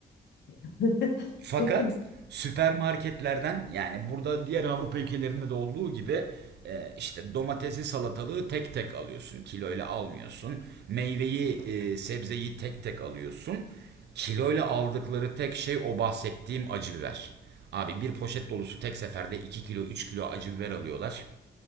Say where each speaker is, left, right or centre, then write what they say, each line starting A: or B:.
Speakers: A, on the left; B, on the right.
A: <laughs>
B: Fakat
A: Peki bir
B: süpermarketlerden yani burada diğer Avrupa ülkelerinde de olduğu gibi e, işte domatesi salatalığı tek tek alıyorsun. Kiloyla almıyorsun. Meyveyi e, sebzeyi tek tek alıyorsun. Kiloyla aldıkları tek şey o bahsettiğim acı biber. Abi bir poşet dolusu tek seferde 2 kilo 3 kilo acı biber alıyorlar.